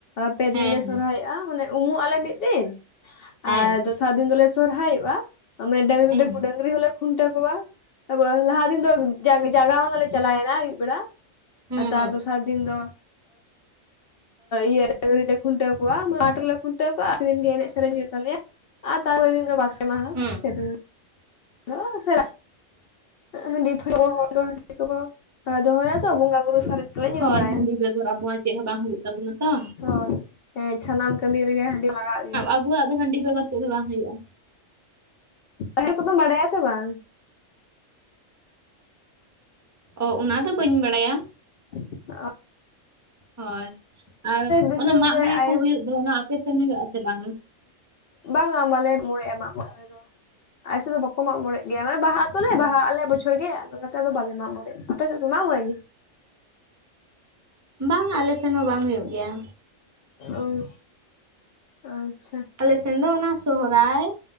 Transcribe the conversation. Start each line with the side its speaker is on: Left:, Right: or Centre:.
Left: ᱯᱮ
Right: ᱦᱮᱸ
Left: ᱫᱤᱱ ᱞᱮ ᱥᱚᱨᱦᱟᱭᱚᱜᱼᱟ
Right: ᱦᱮᱸ
Left: ᱢᱟᱱᱮ, ᱩᱢᱩᱜ ᱟᱞᱮ ᱢᱤᱫ ᱫᱤᱱ
Right: ᱦᱮᱸ
Left: ᱟᱨ ᱫᱚᱥᱟᱨ ᱫᱤᱱ ᱫᱚᱞᱮ ᱥᱚᱨᱦᱟᱭᱚᱜᱼᱟ᱾ ᱢᱟᱱᱮ ᱰᱟᱺᱜᱽᱨᱤ
Right: ᱦᱮᱸ
Left: ᱠᱩᱰᱮ ᱰᱟᱺᱜᱽᱨᱤ ᱦᱚᱞᱮ ᱠᱷᱩᱱᱴᱟᱹᱣ ᱠᱚᱣᱟ ᱟᱫᱚ ᱞᱟᱦᱟ ᱫᱤᱱ ᱫᱚ ᱡᱟᱞ ᱞᱟᱜᱟᱣ ᱢᱟᱞᱮ ᱪᱟᱞᱟᱣ ᱱᱟ ᱪᱟᱞᱟᱣᱮᱱᱟ ᱟᱹᱭᱩᱵ ᱵᱮᱲᱟ
Right: ᱦᱩᱸ
Left: ᱟᱨ ᱛᱟᱨ
Right: ᱦᱩᱸ
Left: ᱫᱚᱥᱟᱨ ᱫᱤᱱ ᱫᱚ, ᱤᱭᱟᱹ ᱰᱟᱺᱜᱽᱨᱤ ᱞᱮ ᱠᱷᱩᱱᱴᱟᱹᱣ ᱠᱚᱣᱟ ᱢᱟᱴ ᱨᱮᱞᱮ ᱠᱷᱩᱱᱴᱟᱹᱣ ᱠᱚᱣᱟᱼᱟ ᱟᱨ ᱥᱮᱫᱤᱱ ᱜᱮ ᱮᱱᱮᱡ ᱥᱮᱨᱮᱧ ᱦᱩᱭᱩᱜ ᱛᱟᱞᱮᱭᱟ᱾ ᱟᱨ ᱛᱟᱨᱯᱚ ᱨᱮ ᱫᱤᱱ ᱫᱚ ᱵᱟᱥᱠᱮ ᱢᱟᱦᱟ
Right: ᱦᱩᱸ᱾
Left: ᱥᱮᱫᱤᱱ ᱫᱚ <inaudible> ᱦᱟᱺᱰᱤ ᱯᱷᱩᱲᱩᱜ ᱠᱚ ᱦᱟᱸᱜ ᱠᱚ ᱫᱚᱦᱚᱭᱟ ᱛᱚ ᱵᱚᱸᱜᱟ-ᱵᱩᱨᱩ ᱥᱟᱨᱮᱡ, ᱛᱮᱞᱮ ᱧᱩ
Right: ᱦᱳᱭ
Left: ᱵᱟᱲᱟᱭᱟ
Right: ᱦᱟᱺᱰᱤ ᱵᱮᱜᱚᱨ ᱟᱵᱚᱣᱟᱜ ᱪᱮᱫ ᱦᱚᱸ ᱵᱟᱝ ᱦᱩᱭᱩᱜ ᱛᱟᱵᱚᱱᱟ ᱛᱚ᱾
Left: ᱦᱚᱲ ᱦᱮᱸ ᱥᱟᱱᱟᱢ ᱠᱟᱹᱢᱤ ᱨᱮᱜᱮ ᱦᱟᱺᱰᱤ ᱞᱟᱜᱟᱜ ᱜᱮᱭᱟ
Right: ᱟᱵᱩᱣᱟᱜ ᱫᱚ ᱦᱟᱺᱰᱤ ᱵᱷᱮᱜᱚᱨ ᱪᱮᱫ ᱦᱚᱸ ᱵᱟᱝ ᱦᱩᱭᱩᱜᱼᱟ᱾
Left: ᱯᱟᱦᱮᱨ ᱠᱚᱫᱚᱢ ᱵᱟᱰᱟᱭᱟ ᱥᱮ ᱵᱟᱝ?
Right: ᱚ ᱚᱱᱟ ᱫᱚ ᱵᱟᱹᱧ ᱵᱟᱲᱟᱭᱟ᱾
Left: <inaudible>
Right: ᱦᱳᱭ, ᱟᱨ
Left: ᱫᱤᱥᱚᱢ
Right: ᱚᱱᱮ ᱢᱟᱜ
Left: ᱨᱮ
Right: ᱢᱚᱬᱮ ᱠᱚ ᱦᱩᱭᱩᱜ ᱫᱚ ᱚᱱᱟ ᱟᱯᱮᱥᱮᱱ ᱦᱩᱭᱩᱜ-ᱟ ᱥᱮ ᱵᱟᱝᱼᱟ?
Left: ᱵᱟᱝ-ᱟ ᱵᱟᱞᱮ ᱢᱚᱲᱮᱜᱼᱟ ᱢᱟᱜ ᱢᱚᱬᱮ ᱟᱞᱮ ᱫᱚ ᱟᱞᱮ ᱥᱮᱫ ᱫᱚ ᱵᱟᱠᱚ ᱢᱟᱜ ᱢᱚᱬᱮᱜ ᱜᱮᱭᱟ ᱢᱟᱱᱮ ᱵᱟᱦᱟ ᱚᱱᱮ
Right: ᱚ
Left: ᱵᱟᱦᱟ ᱟᱞᱮ ᱵᱚᱪᱷᱚᱨ ᱜᱮ ᱟᱫᱚ ᱱᱟᱛᱮ ᱫᱚ ᱵᱟᱞᱮ ᱢᱟᱜ ᱢᱚᱬᱮ, ᱟᱯᱮ ᱥᱮᱫ ᱯᱮ ᱢᱟᱜ ᱢᱚᱬᱮ ᱜᱮᱭᱟ?
Right: ᱵᱟᱝ -ᱟ ᱟᱞᱮ ᱥᱮᱱ ᱦᱚᱸ ᱵᱟᱝ ᱦᱩᱭᱩᱜ ᱜᱮᱭᱟ᱾
Left: ᱚ ᱟᱪᱪᱷᱟ,
Right: ᱟᱞᱮᱥᱮᱱ ᱫᱚ ᱚᱱᱟ ᱥᱚᱦᱟᱨᱟᱭ